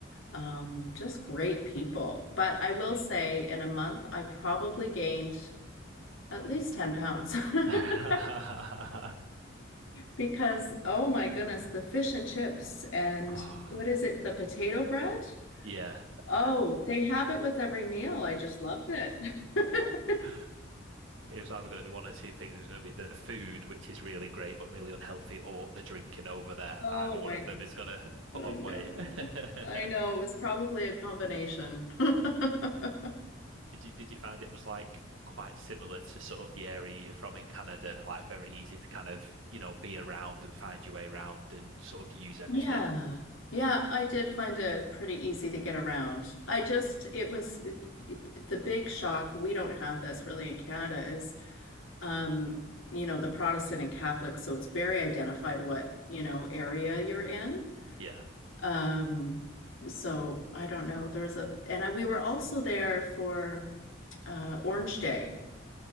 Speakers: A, on the left (about 80°); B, on the right (about 85°).
A: um just great people. But I will
B: Yeah.
A: say in a month I probably gained at least 10 pounds. <laughs>
B: <laughs>
A: Because oh my goodness, the fish and chips and
B: Oh,
A: what is it, the potato bread?
B: yeah.
A: Oh, they have it with every meal. I just loved it. <laughs>
B: <laughs> It was either going to be one or two things. It was going to be the food, which is really great but really unhealthy, or the drinking over there.
A: Oh
B: Either one
A: my
B: of them is going to <laughs>
A: I
B: put on
A: know.
B: weight. <laughs>
A: I know. It was probably a combination. <laughs>
B: Did you did you find it was like quite similar to sort of the area you're from in Canada, like very easy to kind of, you know, be around and find your way around and sort of use everything?
A: Yeah. Yeah, I did find it pretty easy to get around. I just, it was the big shock. We don't have this really in Canada is, um, you know, the Protestant and Catholic. So it's very identified
B: Mm,
A: what, you know, area you're in.
B: yeah.
A: Um, so I don't know. There was a, and I, we were also there for uh, Orange Day.